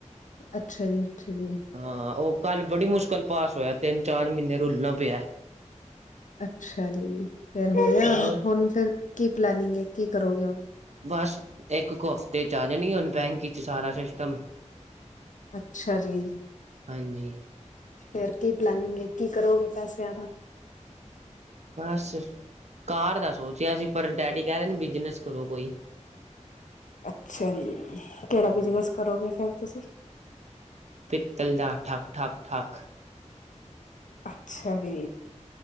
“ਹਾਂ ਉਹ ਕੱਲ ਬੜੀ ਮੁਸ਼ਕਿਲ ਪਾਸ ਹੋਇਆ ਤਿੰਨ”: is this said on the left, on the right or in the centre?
Right